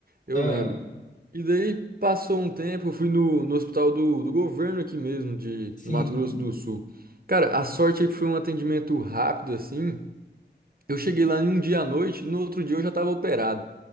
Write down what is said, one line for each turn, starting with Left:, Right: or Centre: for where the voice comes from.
Right: eu
Left: Ah,
Right: lembro. E daí passou um tempo, eu fui no, no hospital do, do governo aqui mesmo, de,
Left: sim,
Right: do Mato Grosso
Left: sim.
Right: do Sul. Cara, a sorte é que foi um atendimento rápido assim. Eu cheguei lá em um dia à noite, no outro dia eu já estava operado.